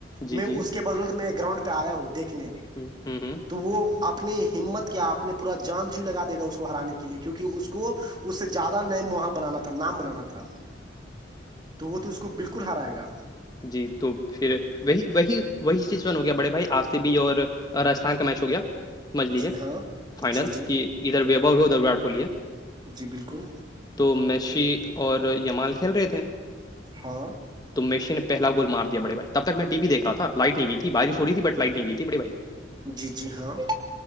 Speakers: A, on the left (about 20°); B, on the right (about 25°).
A: جی
B: میں
A: جی
B: اس بدولت میں گراؤنڈ پہ آیا ہوں دیکھنے
A: ہ ہ ہ
B: تو وہ اپنی ہمت کیا اپنے پورا جان جیو لگا دے گا اس کو ہرانے کے لیے کیونکہ اس کو اس سے زیادہ نیم واں بنانا تھا نام بنانا تھا تو وہ تو اس کو بالکل ہرائے گا
A: جی تو پھر وہی وہی وہی سچوشن ہو گیا بڑے بھائی آپ سے بھی اور راجستھان کا میچ ہو گیا سمجھ لیجیے
B: جی ہاں
A: فائنل
B: جی جی
A: کہ ادھر وبو ہے ادھر وراٹ کوہلی ہے
B: جی بالکل
A: تو میشی اور یمال کھیل رہے تھے
B: ہاں
A: تو مسی نے پہلا گول مار دیاڑے بھائیب تک میں ٹیی دیک رہا تھا لائٹ نہیںئی تھی باری سوی تھی ب لائٹ نہیں گ تھی بڑے بائی
B: جی جی ہاں